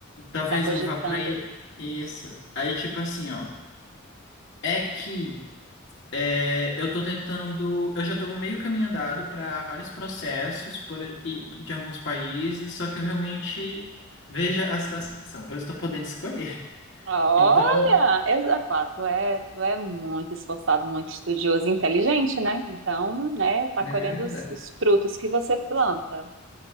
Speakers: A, on the left; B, on the right.
A: Talvez
B: Você está cogitando.
A: eu vá pra aí... Isso. Aí, tipo assim, ó. É que... É, eu tô tentando. Eu já tô meio caminho andado para vários processos por, e, de alguns países, só que eu realmente veja a situação. Eu estou podendo escolher.
B: Ah,
A: Então,
B: Olha, eu, epá, tu é, tu é muito esforçado, muito estudioso e inteligente, né? Então, né, tá
A: nada.
B: colhendo os, os frutos que você planta.